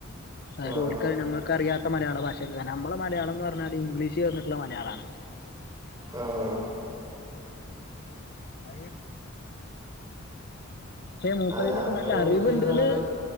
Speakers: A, on the left; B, on the right.
A: അതായത്ഓല്ക്
B: ആ ആ
A: ഞമ്മൾ ക്കറിയാത്ത മയാള ഭാഷയക്കെരം നമ്മളെ മലയാളംന്ന് പറഞ്ഞാല് ഇംഗ്ഷ് ചേർന്നിട്ടുള്ള മലയാളണ്
B: ആഹ
A: <inaudible> ലൊക്കെ
B: അതെ അങ്ങനെ
A: നല്ല
B: ബുക്ക്
A: അറിവ്ണ്ട്ന്ന്
B: ചെയ്തുന്ന ആൾക്കാർ